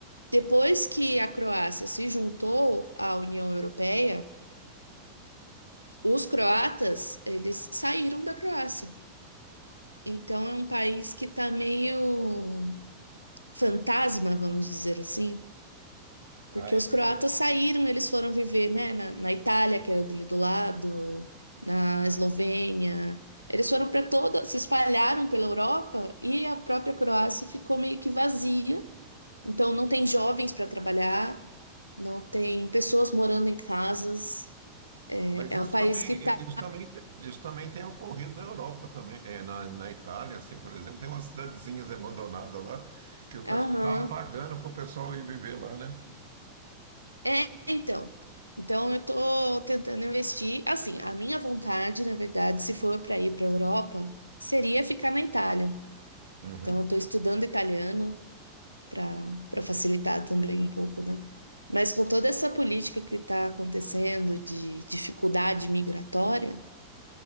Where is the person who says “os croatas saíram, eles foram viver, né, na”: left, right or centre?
Left